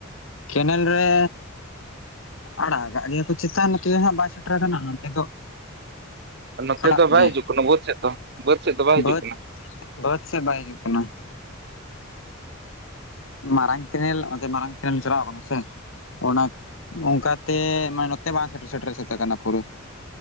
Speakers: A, on the left; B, on the right.
A: ᱠᱮᱱᱮᱞ ᱨᱮ ᱟᱲᱟᱜ ᱟᱠᱟᱜ ᱜᱮᱭᱟ ᱠᱚ ᱪᱮᱛᱟᱱ, ᱱᱚᱛᱮ ᱦᱟᱸᱜ ᱵᱟᱭ ᱥᱮᱴᱮᱨ ᱟᱠᱟᱱᱟ, ᱦᱟᱱᱛᱮ ᱫᱚ
B: ᱱᱚᱛᱮ
A: ᱟᱲᱟᱜ
B: ᱫᱚ ᱵᱟᱭ
A: ᱜᱮ
B: ᱦᱤᱡᱩᱜ ᱠᱟᱱᱟ ᱵᱟᱹᱫᱽ ᱥᱮᱫ ᱫᱚ? ᱵᱟᱹᱫᱽ ᱥᱮᱫ ᱫᱚ ᱵᱟᱭ ᱦᱤᱡᱩᱜ
A: ᱵᱟᱹᱫᱽ
B: ᱠᱟᱱᱟ?
A: ᱵᱟᱹᱫᱽ ᱥᱮᱫ ᱵᱟᱭ ᱦᱤᱡᱩᱜ ᱠᱟᱱᱟ᱾ ᱢᱟᱨᱟᱝ ᱠᱮᱱᱮᱞ, ᱚᱱᱛᱮ ᱢᱟᱨᱟᱝ ᱠᱮᱱᱮᱞ ᱪᱟᱞᱟᱣ ᱠᱟᱱᱟ ᱥᱮ᱾ ᱚᱱᱟ ᱚᱱᱠᱟ ᱛᱮ ᱢᱟᱱᱮ ᱱᱚᱛᱮ ᱵᱟᱝ ᱥᱮᱴᱮᱨ, ᱥᱮᱴᱮᱨ ᱥᱟᱹᱛ ᱟᱠᱟᱱᱟ ᱯᱩᱨᱟᱹ᱾